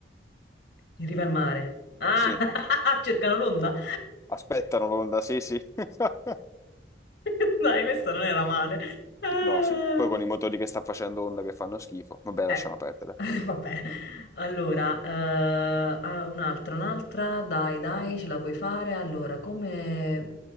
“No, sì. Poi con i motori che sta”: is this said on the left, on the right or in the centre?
Left